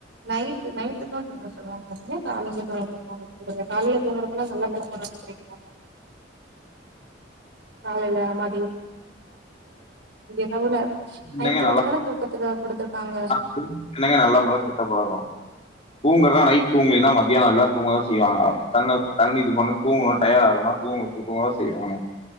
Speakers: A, on the right; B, on the left.
A: நைட்டு நைட்டுக்க <unintelligible> காலைய தூங்கறதுல்லாம் நல்ல பழக்கம் காலையில மா <unintelligible> ரகுலர்
B: என்னங்க
A: நைட்டு் விட தானே தூக்கத்துக்கு கொடுத்துருக்காங்க
B: ங்கங்க நல்லா பழகம் கெட்ட பழகம் தூங்குறதுனா நைட் தூங்கலன்னா மத்தியானம் எல்லாம் தூங்கதான் செய்வாங்க கண்ணு கண் இது பண்ண தூங்கணும் டயர் ஆகனா தூங்க தூங்கதான் செய்வாங்க